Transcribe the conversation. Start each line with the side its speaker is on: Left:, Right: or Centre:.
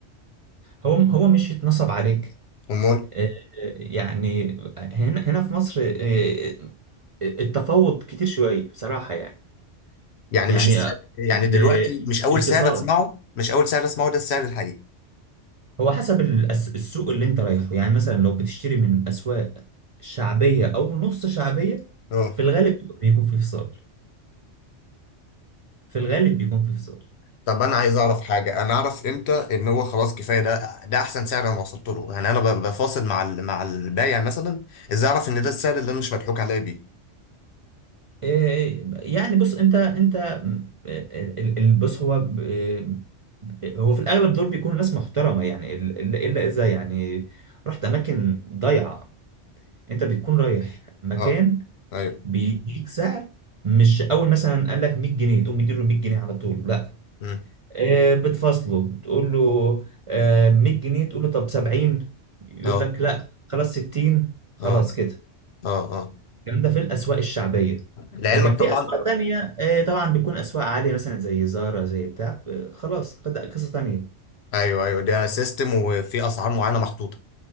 Right: هو هو مش يتنصب عليك
Left: امال
Right: آه، يعني هنا هنا في مصر آه، التفاوض كتير شوية بصراحة يعني
Left: يعني
Right: يعني
Left: مش السعر يعني
Right: ال-
Left: دلوقتي مش اول
Right: الانفصال
Left: سعر اسمعه مش اول سعر اسمعه ده السعر الحقيقي
Right: هو حسب الأس- السوق اللي انت رايحه يعني مثلا لو بتشتري من اسواق شعبية او نص شعبية
Left: اه
Right: في الغالب بيكون في فصال في الغالب بيكون في فصال
Left: طب انا عايز اعرف حاجه انا اعرف امتى ان هو خلاص كفايه ده ده احسن سعر انا وصلت له يعني انا ب- بفاصل مع ال- مع البايع مثلا ازاي اعرف ان ده السعر اللي انا مش مضحوك عليا بيه
Right: إيه، يعني بص انت انت م- ال- ال- ال- بص هو ب- ب- هو في الاغلب دول بيكونوا ناس محترمة يعني ال- الا إلا اذا يعني رحت اماكن ضايعة انت بتكون رايح مكان
Left: اه ايوه
Right: بيديك سعر مش اول مثلا قال لك 100 جنيه تقوم مديله 100 جنيه على طول لا
Left: امم
Right: آه، بتفاصله بتقول له آه، 100 جنيه تقول له طب 70 يقول
Left: اه
Right: لك لا خلاص 60 خلاص
Left: اه
Right: كده
Left: اه اه
Right: الكلام ده في الأسواق الشعبية
Left: لعلمك
Right: لكن
Left: طبعا
Right: في أسواق تانية آه، طبعا بتكون أسواق عالية مثلا زي زارا زي بتاع آه، خلاص قد- قصة تانية
Left: ايوه ايوه ده سيستم وفي اسعار معينه محطوطه